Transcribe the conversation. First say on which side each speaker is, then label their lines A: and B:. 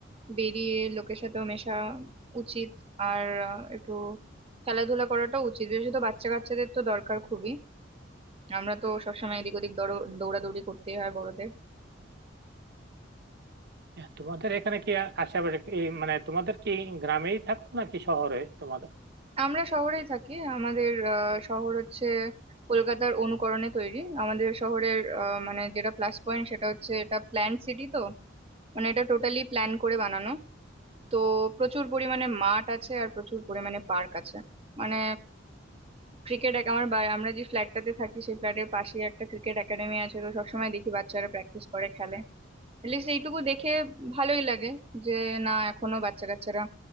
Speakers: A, on the right; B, on the right.
A: বেরিয়ে লোকের সাথেও মেশা উচিত আর আহ, একটু খেলাধুলা করাটাও উচিত বিশেষত বাচ্চা কাচ্চাদের তো দরকার খুবই আমরা তো সবসময় এদিক ওদিক দৌড়- দৌড়াদৌড়ি করতেই হয় বড়দের
B: হ্যাঁ, তোমাদের এখানে কি আ- আশেপাশে এই মানে তোমাদের কি গ্রামেই থাকো নাকি শহরে তোমাদের
A: আমরা শহরেই থাকি আমাদের আহ, শহর হচ্ছে কলকাতার অনুকরণে তৈরি আমাদের শহরের আহ, মানে যেটা প্লাস পয়েন্ট সেটা হচ্ছে এটা প্ল্যান্ড সিটি তো মানে এটা টোটালি প্ল্যান করে বানানো তো প্রচুর পরিমাণে মাঠ আছে আর প্রচুর পরিমাণে পার্ক আছে মানে ক্রিকেট আমার বা- আমরা যে ফ্ল্যাটটাতে থাকি সেই ফ্ল্যাটের পাশে একটা ক্রিকেট একাডেমি আছে তো সবসময় দেখি বাচ্চারা প্র্যাকটিস করে খেলে এটলিস্ট এইটুকু দেখে ভালোই লাগে যে না এখনো বাচ্চা কাচ্চারা